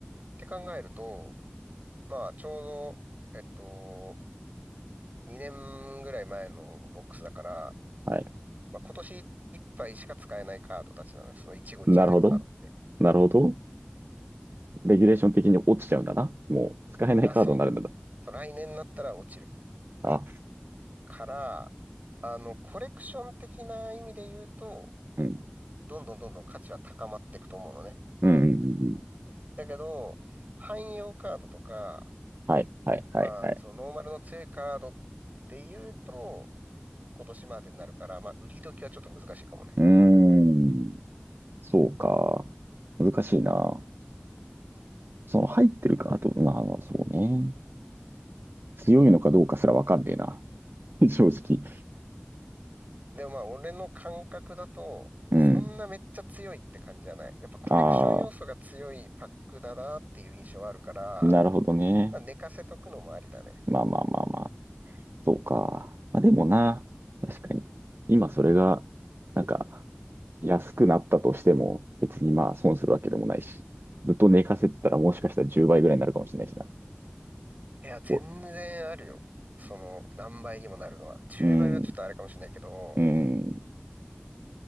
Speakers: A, on the right (about 40°); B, on the right (about 65°).
A: て考えると、まあ、ちょうど、えっと、2年ぐらい前のボックスだから、
B: はい。
A: まあ、今年いっぱいしか使えないカードたちなのよ。その一期一会出るカードって。
B: なるほど。なるほど。レギュレーション的に落ちちゃうんだな。もう使えないカードになるんだな。
A: いや、そう。そう来年になったら落ちる。
B: あ、
A: から、あの、コレクション的な意味で言うと、
B: うん。
A: どんどんどんどん価値は高まっていくと思うのね。
B: うんうんうんうん。
A: だけど、汎用カードとか、
B: はい、はい、はい、
A: まあ、
B: はい。
A: そのノーマルの強いカードって言うと、今年までになるから、まあ、売り時はちょっと難しいかもね。
B: うーん、そうか。難しいな。その入ってるか、あと、まあ、まあそうね。強いのかどうかすらわかんねえな。<laughs> 正直。
A: でもまあ、俺の感覚だと、
B: うん。
A: そんなめっちゃ強いって感じじゃない。やっぱコレクション要素が強いパックだなっていう印象はあるから、
B: ああ、なるほどね。
A: まあ、寝かせとくのもありだね。
B: まあまあまあまあ。そうか。まあでもな、確かに。今それが、なんか、安くなったとしても、別にまあ損するわけでもないし。ずっと寝かせてたらもしかしたら10倍ぐらいになるかもしれないしな。
A: いや、全然あるよ。
B: お、
A: その、何倍にもなるのは。10倍はちょっとあれかもしれないけど、
B: うん、うん、